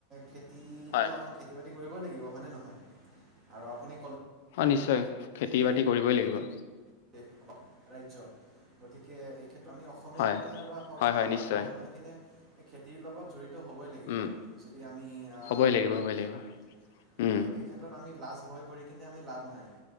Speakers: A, on the right; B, on the left.
A: খেতিটো
B: হয়,
A: আমাক খেতি-বাতি কৰিবই লাগিব হয়নে নহয় আৰু আপুনি কল
B: অ'নিশ্চয় খেতি-বাতি কৰিবই লাগিব।
A: <unintelligible> ৰাজ্য গতিকে এই ক্ষেত্ৰত আমি অস অসমীয়াসকলেই
B: হয়,
A: বা হওক
B: হয়,
A: বা
B: হয়,
A: আমি ভাৰতবৰ্ষৰ
B: নিশ্চয়,
A: মানুহখিনিয়ে এই খেতিৰ লগত জড়িত হ'বই লাগিব
B: উম,
A: যদি আমি আ আৰু
B: হ'বই লাগিব, হ'বই লাগিব, উম,
A: এই ক্ষেত্ৰত আমি লাজ ভয় কৰি কিনে আমি লাভ নাই।